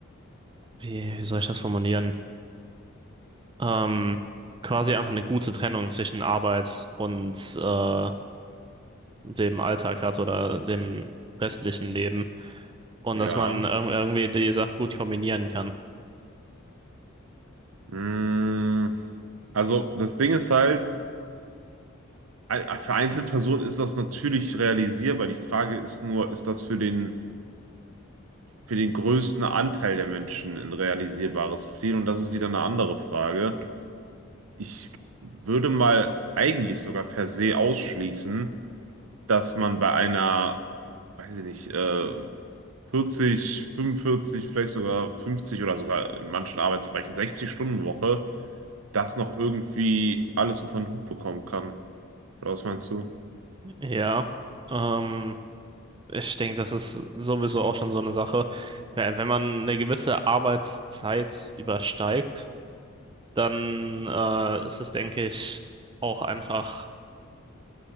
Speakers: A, on the right; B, on the right.
A: wie, wie soll ich das formulieren? Ähm, quasi einfach eine gute Trennung zwischen Arbeit und äh, dem Alltag hat oder dem restlichen Leben. Und
B: Ja.
A: dass man irg- irgendwie die Sachen gut kombinieren kann.
B: Mm, Also das Ding ist halt, ein- für Einzelpersonen ist das natürlich realisierbar. Die Frage ist nur, ist das für den, für den größten Anteil der Menschen ein realisierbares Ziel? Und das ist wieder eine andere Frage. Ich würde mal eigentlich sogar per se ausschließen, dass man bei einer, weiß ich nicht, äh, 40, 45, vielleicht sogar 50 oder sogar in manchen Arbeitsbereichen 60-Stunden-Woche das noch irgendwie alles unter den Hut bekommen kann. Oder was meinst du?
A: Ja, ähm, ich denke, das ist sowieso auch schon so eine Sache. Wenn wenn man eine gewisse Arbeitszeit übersteigt, dann äh, ist es, denke ich, auch einfach